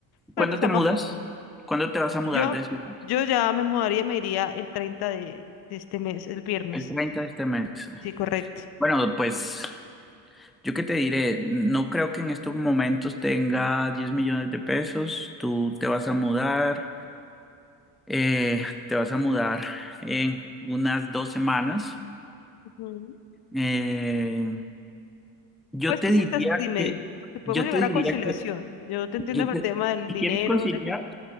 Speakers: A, on the left; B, in the centre.
A: Pero
B: ¿Cuándo
A: pues
B: te
A: estamos
B: mudas?
A: hablando.
B: ¿Cuándo te vas a mudar
A: Yo,
B: de ciudad?
A: yo ya me mudaría, me iría el 30 de, de este mes, el viernes.
B: El 30 de este mes.
A: Sí, correcto.
B: Bueno, pues yo qué te diré, no creo que en estos momentos tenga 10 millones de pesos, tú te vas a mudar. Eh, te vas a mudar en unas dos semanas.
A: Ujú.
B: Eh, yo
A: Pues
B: te
A: sí, sí,
B: diría
A: estás- dime,
B: que,
A: dime, porque podemos
B: yo
A: llegar
B: te diría
A: a conciliación.
B: que,
A: Yo te entiendo
B: yo
A: por
B: te-
A: el tema del
B: si
A: dinero.
B: quieres conciliar,
A: de la-